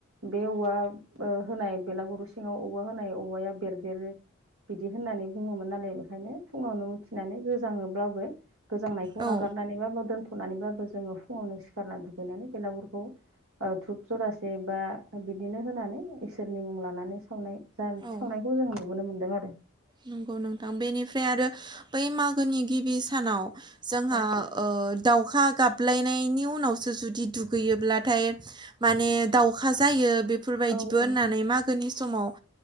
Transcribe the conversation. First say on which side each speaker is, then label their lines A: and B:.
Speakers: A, on the right; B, on the right.
A: बे औवा ओ होनाय बेलागुरनि सिङाव औवा होनाय औवाया बेरदेरो। बिदि होननानै बुङोमोन नालाय बेखायनो फुङावनो उथिनानै गोजाङोब्लाबो। गोजांनायखौ
B: औ
A: नागारनानैबाबो, दोनथ'नानैबाबो जोङो फुङावनो सिखारना दुगैनानै बेलागुरखौ। ओ धुप जरासे बा बिदिनो होनानै इसोरनि मुं लानानै सावनाय। जान सावनायखौ
B: औ
A: जों नुबोनो मोन्दों आरो।
B: नंगौ नोंथां बेनिफ्राय आरो बै मागोनि गिबि सानाव। जोंहा
A: औ
B: ओ दाउखा गाबलायनायनि उनावसो जुदि दुगैयोब्लाथाय। माने दाउखा जायो बेफोरबायदिबो
A: औ औ
B: होननानै मागोनि समाव। ओ